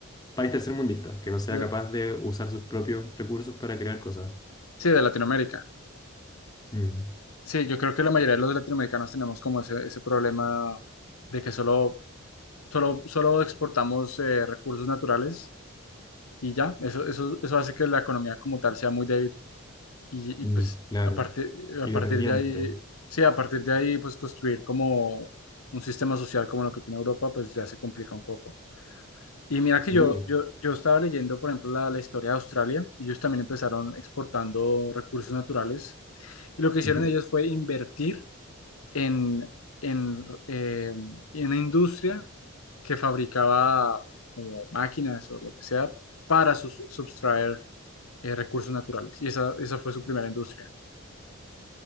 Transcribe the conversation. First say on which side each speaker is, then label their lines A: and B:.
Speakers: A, on the left; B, on the left.
A: país tercermundista, que no sea
B: de-
A: capaz de usar sus propios recursos para crear cosas.
B: sí, de Latinoamérica.
A: Mm,
B: Sí, yo creo que la mayoría de los latinoamericanos tenemos como ese, ese problema de que solo, solo, solo exportamos eh, recursos naturales y ya, eso, eso, eso hace que la economía como tal sea muy débil. Y,
A: mm,
B: y, pues
A: claro,
B: a partir, a
A: y
B: partir
A: dependiente.
B: de ahí, sí, a partir de ahí, pues construir como un sistema social como lo que tiene Europa, pues ya se complica un poco. Y mira que
A: Sí.
B: yo, yo, yo estaba leyendo, por ejemplo, la, la historia de Australia, y ellos también empezaron exportando recursos naturales. Y lo que hicieron
A: ujú.
B: ellos fue invertir en, en, eh, en una industria que fabricaba como máquinas o lo que sea para sus- sustraer eh, recursos naturales. Y esa, esa fue su primera industria.